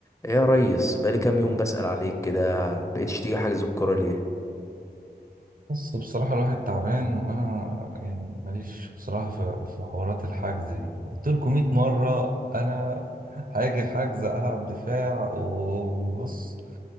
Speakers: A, on the left (about 15°); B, on the right (about 55°).
A: ايه يا ريس بقالي كام يوم بسأل عليك كده بقيتش تيجي حجز الكورة ليه
B: بص بصراحة الواحد تعبان وأنا يعني ماليش بصراحة في, في حوارات الحجز دي قلت لكم 100 مرة أنا هاجي الحجز ألعب دفاع وبص